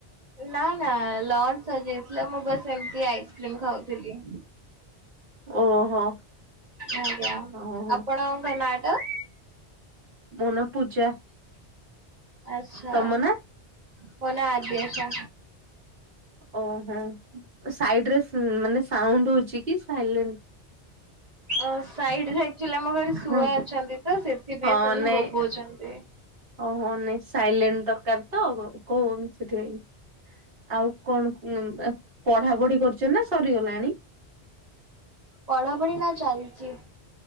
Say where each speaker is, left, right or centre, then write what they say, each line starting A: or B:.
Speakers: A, on the right; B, on the right.
A: ନା ନା ଲଞ୍ଚ ସରିଯାଇଥିଲା ମୁଁ ବାସ ଏମିତି ଆଇସ୍କ୍ରିମ ଖାଉଥିଲି।
B: ଓହୋ।
A: ଆଜ୍ଞା
B: ଓହୋ
A: ଆପଣଙ୍କ ନା ଟା?
B: ମୋ ନାଁ ପୂଜା।
A: ଆଚ୍ଛା,
B: ତମ ନା?
A: ମୋ ନାଁ ଆଦ୍ୟାଶା।
B: ଓହୋ ସାଇଡରେ ସି ମାନେ ସାଉଣ୍ଡ ହଉଛି କି ସାଇଲେଣ୍ଟ
A: ଅଁ ସାଇଡ ରେ ଆକ୍ଟୁଆଲି ଆମ ଘରେ ଶୁଆ
B: ହଁ
A: ଅଛନ୍ତି ତ ସେଥିପାଇଁ
B: ହଁ
A: ସେମାନେ
B: ନାଇଁ
A: ବୋବଉଛନ୍ତି।
B: ଓହୋ ନାଇଁ ସାଇଲେଣ୍ଟ ଦରକାର ତ କୋଉ ସେଥିପାଇଁ। ଆଉ କଣ ଉମ ପଢା ପଢି କରୁଛ ନା ସରିଗଲାଣି?
A: ପଢ଼ାପଢି ନା ଚାଲିଛି।